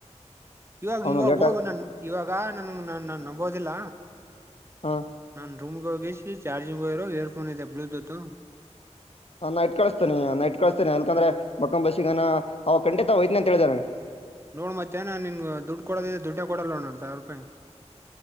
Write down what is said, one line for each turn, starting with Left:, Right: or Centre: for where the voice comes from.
Right: ಇವಾಗ
Left: ಅವನು
Right: ಇವಾಗ
Left: ಲೇಟ್
Right: ಹೋಗ
Left: ಆಗ
Right: ನನ್ ಇವಾಗ ನನ್ ನ ನ ನಂಬೋದಿಲ್ಲ
Left: ಹಾ
Right: ನನ್ ರೂಮ್ಗೆ ಹೋಗಿ ಚಾರ್ಜಿಂಗ್ ಇರೋ ಇಯರ್ಫೋನ್ ಇಐದೆ ಬ್ಲೂಟೂತ್
Left: ಹಾ ನ ಇಟ್ ಕಳಿಸಸ್ತೇನೆ ನ ಇಟ್ ಕಳಸ್ತೇನೆ ಅಾಕಂದ್ರೆ ಬಕ್ಕಂಬ ಬಸಿಗ ಅವ ಕಂಟಿತ ಐ್ತೆನ ಅಂತ ಹೇಳಿದಾನ
Right: ನೋಡ್ ಮ್ಯಾನಾನ್ ನಿನ್ಗ ದುಡ್ಡು ಕೊಡೋದ ದುಡ್ಡೇ ಕೊಡಲ್ಲ ನು ಸಾವಿರ ರೂಪಾಯಿ